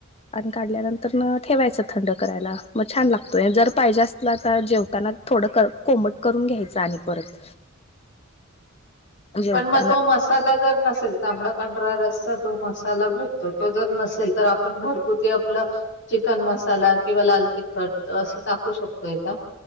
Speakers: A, on the left; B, on the left.
A: आणि काढल्यानंतर न ठेवायचं थंड करायला मग छान लागतोय जर पाहिजे असला तर जेवताना थोड कोमट करून घ्यायच आणि परत जेवताना
B: पण मग तो मसाला जर नसेल तांबडा पांढरा रस्ता तो मसाला भेटतो तो जर नसेल तर आपण घरगुती आपलं चिकन म मसाला किंवा लाल तिखट असं टाकू शकतोय का.